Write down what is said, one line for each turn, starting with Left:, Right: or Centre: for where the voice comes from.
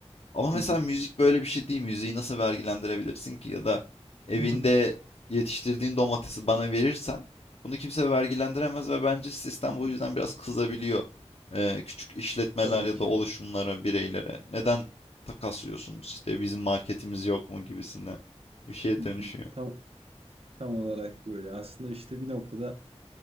Left: Ama mesela
Right: Hı hı.
Left: müzik böyle bir şey değil. Müziği nasıl vergilendirebilirsin ki? Ya da evinde
Right: Hı hı.
Left: yetiştirdiğin domatesi bana verirsen bunu kimse vergilendiremez ve bence sistem
Right: Hı
Left: bu
Right: hı.
Left: yüzden biraz kızabiliyor. Ee, küçük işletmeler
Right: Tabii
Left: ya
Right: ki.
Left: da oluşumlara, bireylere. Neden takaslıyorsunuz işte bizim marketimiz yok mu gibisinden bir şeye
Right: Hı
Left: dönüşüyor.
Right: hı. Tam tam olarak böyle. Aslında işte bir noktada